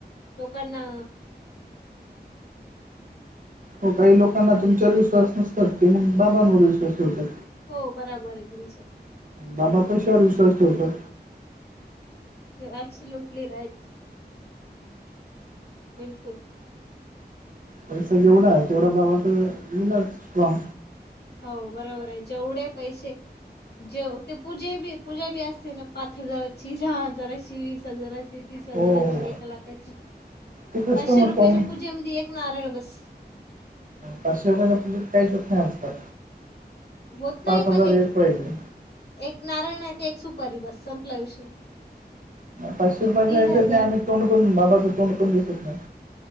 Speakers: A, on the left (about 70°); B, on the right (about 50°).
A: लोकांना
B: हो काही लोकांना तुमच्यावर विश्वास नसतात ते मग बाबांवर विश्वास ठेवतात
A: हो बरोबर आहे तुमचं
B: बाबा पैशावर विश्वास ठेवतात
A: ॲपसूल्यूटली राइट बिलकुल
B: पैसा जेवढा तेवढा बाबा तर येला स्ट्रॉग
A: हो बरोबर आहे जेवढे पैसे जेव ते पूजा बी पूजा बी असते ना पाच हजाराची जहा हजाराची वीस हजाराची तीस हजाराची
B: हो हो
A: ए लाखाची
B: ते कस्टमर
A: पाचशे रुपयाच्या
B: पाहून
A: पूजेमध्ये एक नारळ बस
B: पाचशे रुपया पज काहीच होत नाही आजकाल
A: होत नाही
B: पाच हजार
A: पण
B: एक पाहिजे
A: एक नाराळ नाही ते एक सुपारी बस संपल्याविषयी
B: पाचशे रुपयाच्या ह्यात
A: हजार
B: नाही आम्ही तोंडण बाबाचं तोंड पण दिसत नाही